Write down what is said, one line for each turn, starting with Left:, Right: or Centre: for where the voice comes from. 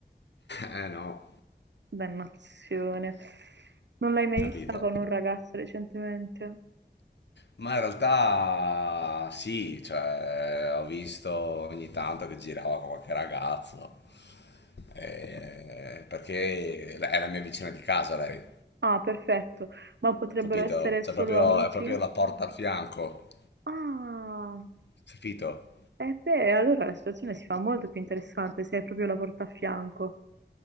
Left: Eh no,
Right: Dannazione. Non l'hai mai
Left: capito?
Right: vista con un ragazzo recentemente?
Left: Ma in realtà sì, cioè, ho visto ogni tanto che girava con qualche ragazzo, eh, perché è la mia vicina di casa lei,
Right: Ah, perfetto. Ma potrebbero
Left: capito?
Right: essere
Left: Cioè,
Right: solo
Left: proprio,
Right: amici?
Left: è proprio la porta a fianco,
Right: Ah,
Left: capito?
Right: e beh, allora la situazione si fa molto più interessante se hai proprio la porta a fianco.